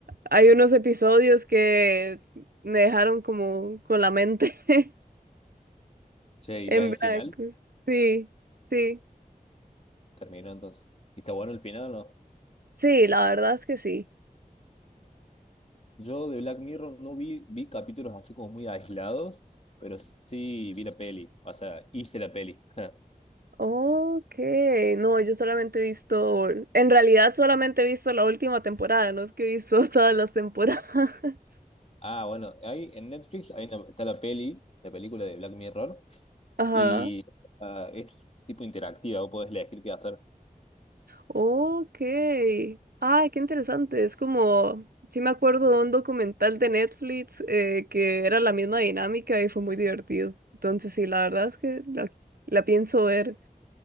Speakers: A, on the right; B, on the left.
A: Hay unos episodios que me dejaron como con la mente <laughs>
B: Che,
A: en
B: y ya es
A: blanco.
B: el final.
A: Sí, sí.
B: Terminó entonces. ¿Y está bueno el final o no?
A: Sí, la verdad es que sí.
B: Yo de Black Mirror no vi, vi capítulos así como muy aislados, pero sí vi la peli, o sea, hice la peli. <laughs>
A: Ok, no, yo solamente he visto, en realidad solamente he visto la última temporada, no es que he visto <laughs> todas las temporadas. <laughs>
B: Ah, bueno, hay en Netflix hay una- está la peli, la película de Black Mirror,
A: Ajá,
B: y ah, es tipo interactiva, vos podés elegir qué hacer.
A: ok. Ay, qué interesante, es como, sí me acuerdo de un documental de Netflix eh, que era la misma dinámica y fue muy divertido. Entonces sí, la verdad es que la, la pienso ver,